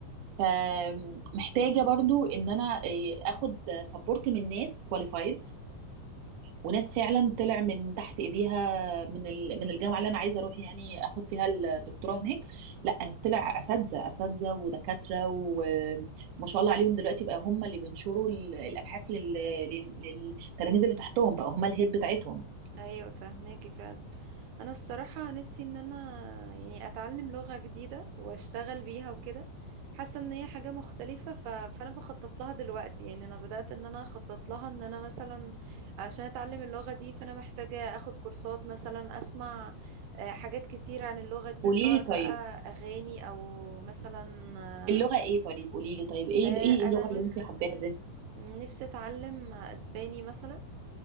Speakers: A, on the right; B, on the right.
A: فمحتاجه برضو ان انا إيه، اخد سبورت من ناس كواليفايد وناس فعلا طلع من تحت ايديها من ال- من الجامعه اللي انا عايزه اروح يعني اخد فيها الدكتوراه هناك لا طلع اساتذه اساتذه ودكاتره وما شاء الله عليهم دلوقتي بقى هم اللي بينشروا ال- الابحاث لل... لل... للتلاميذ اللي تحتهم بقى هم الهيد بتاعتهم
B: ايوه فهماكي فعلا انا الصراحه نفسي ان انا يعني اتعلم لغه جديده واشتغل بيها وكده حاسه ان هي حاجه مختلفه ف... فانا بخطط لها دلوقتي يعني انا بدات ان انا اخطط لها ان انا مثلا عشان اتعلم اللغه دي فانا محتاجه اخد كورسات مثلا اسمع آه، حاجات كتير عن اللغه دي
A: قولي
B: سواء
A: لي طيب
B: بقى اغاني او مثلا آه،
A: اللغه ايه طيب قولي لي طيب ايه
B: آه،
A: ايه
B: انا
A: اللغه
B: نفس
A: اللي انت حباها دي
B: نفسي اتعلم اسباني مثلا